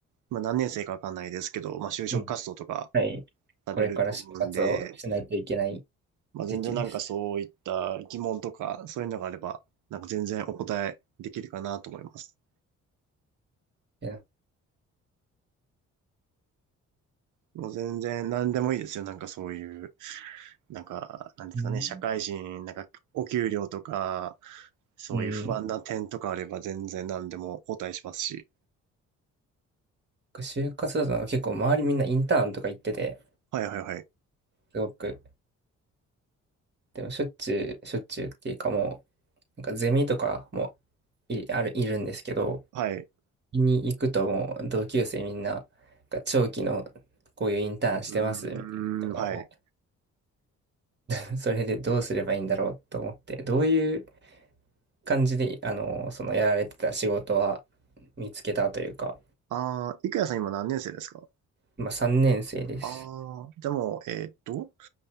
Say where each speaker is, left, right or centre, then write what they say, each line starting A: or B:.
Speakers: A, on the right; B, on the right.
A: まあ、何年生かわかんないですけど、まあ、就職活動とか
B: 今、はい。
A: されると思うんで、
B: これから就活をしないといけない
A: まあ、
B: 時期です。
A: 全然なんかそういった疑問とか、そういうのがあれば、なんか全然お答えできるかなと思います。
B: いや、
A: もう全然何でもいいですよ、なんかそういうなんか、なんですかね、
B: うん
A: 社会人、なんか、お給料とか、そういう不安な点とかあれば全然何でもお答えしますし。
B: うん。就活だとなんか結構周りみんなインターンとか行ってて、
A: はいはいはい。
B: すごく、でもしょっちゅう、しょっちゅうっていうかもなんかゼミとかもい、ある、いるんですけど、
A: はい。
B: に行くともう同級生みんな、なんか長期のこういうインターンしてますみたいな人が多
A: うーん、はい。
B: く、<laughs> それでどうすればいいんだろうと思って、どういう感じで、あの、そのやられてた仕事は見つけたというか、
A: ああ、いくやさん今何年生ですか
B: 今3年生です。
A: ああー、じゃあもう、えーっと、